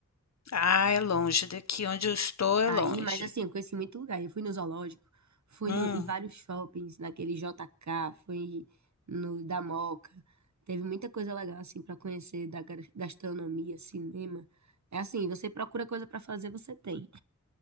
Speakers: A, on the left; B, on the right.
A: Ah, é longe daqui onde eu estou, é
B: Aí,
A: longe.
B: mas assim, eu conheci muito lugar. Eu fui no zoológico, fui
A: Hum.
B: no, em vários shoppings, naquele JK, fui no da Moca. Teve muita coisa legal, assim, pra conhecer da gar- gastronomia, cinema. É assim, você procura coisa pra fazer, você tem.